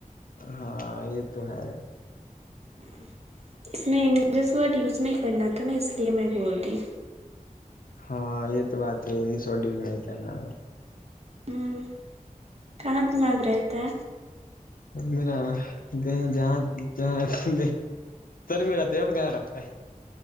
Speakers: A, on the left; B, on the right.
A: ہاں یہ تو ہے
B: ہ اس میں انگلش ورڈ یوزنے کے کرنا تھا نا اس لیے میں بول رہ
A: ہاں یہ تو بات ہے انگلش ورڈ یوز نہیں کرنا
B: ہوں کہاں دماغ رہتا ہے
A: ما کہ جہ جہ کہاں سر میرا ت کہاں رہتا ہے